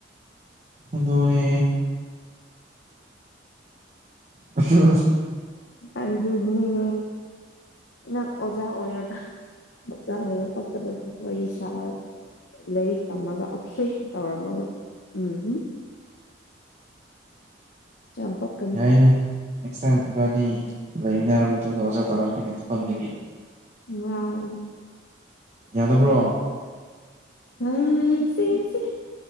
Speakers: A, on the right; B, on the left.
A: ꯑꯗꯨꯅꯦ ꯑꯆꯨꯁ
B: ꯑꯗꯨꯅꯦ ꯅꯪ ꯑꯣꯖꯥ ꯑꯣꯢꯌꯣꯗ ꯑꯣꯖꯥ ꯑꯣꯏꯔ ꯄꯛꯀꯗꯕꯅꯦ ꯋꯥꯔꯤ ꯁꯥꯔ ꯂꯥꯏꯔꯤꯛ ꯇꯝꯃꯒ ꯑꯣꯛꯈꯦ ꯇꯧꯔꯝꯃꯒ ꯎꯝ ꯍꯨꯝ ꯌꯥꯝ ꯄꯛꯀꯅꯤ
A: ꯌꯥꯏꯅꯦ ꯅꯦꯛꯁ ꯇꯥꯏꯝ ꯏꯕꯥꯅꯤ ꯂꯩꯃꯤꯟꯅꯔꯕ ꯃꯇꯨꯡꯗ ꯑꯣꯖꯥ ꯇꯧꯔꯛꯀꯦꯅꯦ ꯐꯣꯟꯗꯒꯤ
B: ꯋꯥꯎ
A: ꯌꯥꯗꯕ꯭ꯔꯣ
B: ꯑꯥ ꯌꯦꯡꯁꯦ ꯌꯦꯡꯁꯦ